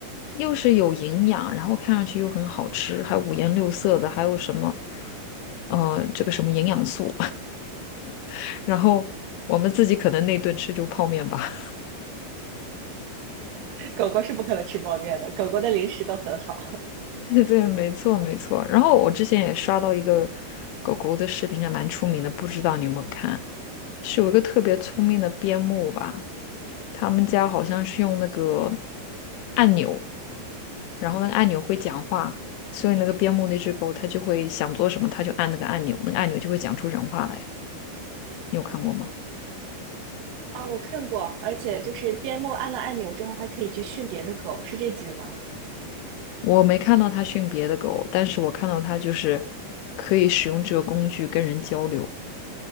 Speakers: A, on the left; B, on the right.
A: 又是有营养，然后看上去又很好吃，还五颜六色的，还有什么，呃，这个什么营养素，<laughs> 然后我们自己可能那顿吃就泡面吧。
B: 狗狗是不可能吃泡面的，狗狗的零食都很好。
A: <laughs> 对对，没错没错。然后我之前也刷到一个狗狗的视频，还蛮出名的，不知道你有没有看？是有一个特别聪明的边牧吧，他们家好像是用那个按钮，然后那个按钮会讲话，所以那个边牧那只狗它就会想做什么，它就按那个按钮，那个按钮就会讲出人话来。你有看过吗？
B: 啊，我看过，而且就是边牧按了按钮之后，还可以去训别的狗，是这只吗？
A: 我没看到它训别的狗，但是我看到它就是可以使用这个工具跟人交流。